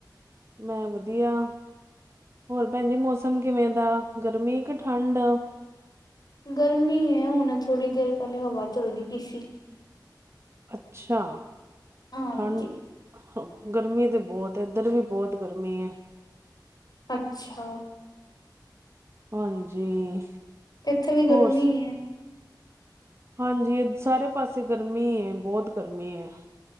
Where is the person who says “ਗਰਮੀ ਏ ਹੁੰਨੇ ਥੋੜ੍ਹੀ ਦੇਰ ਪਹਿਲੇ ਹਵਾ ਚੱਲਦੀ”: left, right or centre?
Left